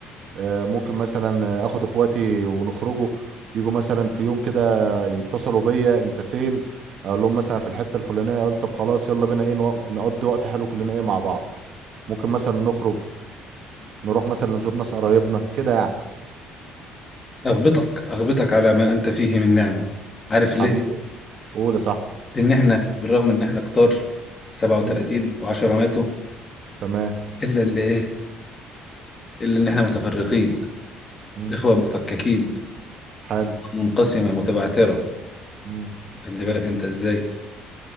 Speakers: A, on the right (about 60°); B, on the left (about 30°).
A: أه ممكن مثلا آه، اخد اخواتي ونخرجوا يجوا مثلا في يوم كده يتصلوا بيا انت فين اقول لهم مثلا في الحته الفلانيه اقول طب خلاص يلا بينا ايه نوق- نقضي وقت حلو كلنا ايه مع بعض ممكن مثلا نخرج نروح مثلا نزور ناس قرايبنا كده يعني
B: اغبطك اغبطك على ما انت فيه من نعمه عارف
A: حبيبي
B: ليه
A: قول يا صاحبي
B: ان احنا بالرغم ان احنا كتار 37
A: مم،
B: و10 ماتوا
A: تمام
B: الا اللي ايه الا ان احنا متفرقين
A: مم،
B: اخوه مفككين
A: حلو
B: منقسمه متبعثره
A: مم،
B: خلي بالك انت ازاي